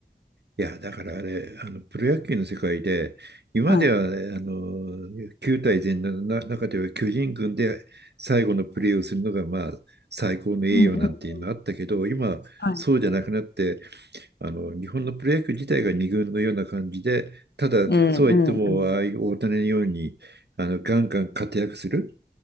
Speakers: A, on the right; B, on the left.
A: いや、だからあれ、あのプロ野球の世界で、今までは、
B: はい。
A: ね、あの球対全のな中では巨人軍で最後のプレーをするのが、まあ、最高の栄誉なんていうのあったけど、
B: うんうん。
A: 今、
B: はい。
A: そうじゃなくなって、あの日本のプロ野球自体が二軍のような感じで、ただ、
B: うんうんうん。
A: そうは言っても、ああいう大谷のように、あのガンガン活躍する